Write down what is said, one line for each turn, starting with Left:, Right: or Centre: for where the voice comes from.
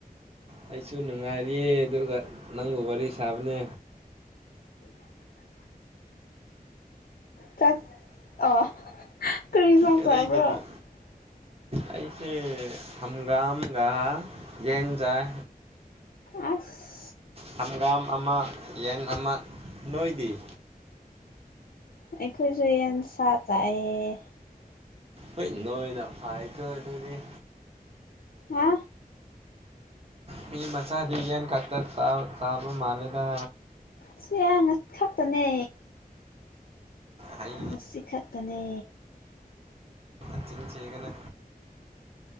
Right: ꯑꯩꯁꯨ ꯅꯨꯡꯉꯥꯏꯔꯤꯌꯦ ꯑꯗꯨꯒꯥ ꯅꯪꯕꯨ ꯋꯥꯔꯤ ꯁꯥꯕꯅꯦ
Left: ꯆꯥꯛ ꯑꯣ ꯀꯔꯤ ꯏꯟꯁꯥꯡ
Right: ꯀꯔꯤꯒꯤ
Left: ꯆꯥꯕ꯭ꯔꯣ
Right: ꯅꯣ
Left: <inaudible>
Right: ꯑꯩꯁꯦ ꯍꯥꯝꯒꯥꯝ ꯒꯥ ꯌꯦꯟ ꯆꯥꯏ
Left: ꯑꯥꯁ
Right: ꯍꯥꯝꯒꯥꯝ ꯑꯃꯥ ꯌꯦꯟ ꯑꯃꯥ ꯅꯣꯏꯗꯤ
Left: ꯑꯩꯈꯣꯏꯁꯨ ꯌꯦꯟ ꯁꯥ ꯆꯥꯏꯌꯦ
Right: ꯍꯣꯏ ꯅꯣꯏꯅ ꯐꯥꯏꯀꯣ ꯑꯗꯨꯗꯤ
Left: ꯍꯥ
Right: ꯃꯤ ꯃꯆꯥꯗꯤ ꯌꯦꯟ ꯈꯛꯇꯥ ꯆꯥꯕ ꯆꯥꯕ ꯃꯟꯂꯦꯗꯥ
Left: ꯁꯤ ꯌꯥ ꯉꯥ ꯈꯛꯇꯥꯅꯦ
Right: ꯍꯩ
Left: ꯉꯥꯁꯤ ꯈꯛꯇꯥꯅꯦ
Right: ꯅꯆꯤꯟ ꯊꯤꯒꯥꯅꯨ